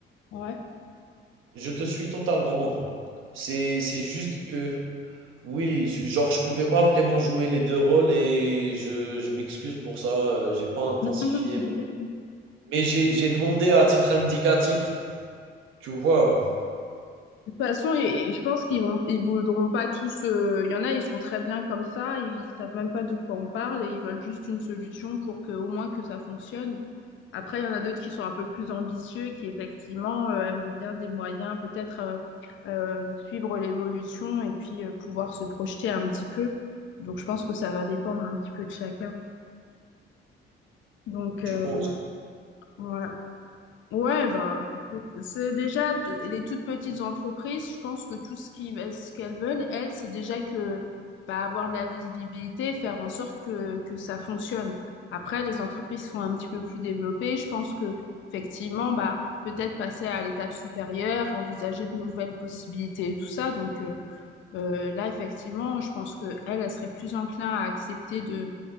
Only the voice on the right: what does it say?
Je te suis totalement. C'est c'est juste que oui, genre, je pouvais pas vraiment jouer les 2 rôles et je je m'excuse pour ça, heu, j'ai pas intensifié
mon mais j'ai j'ai demandé à titre indicatif, tu vois?
Tu
penses?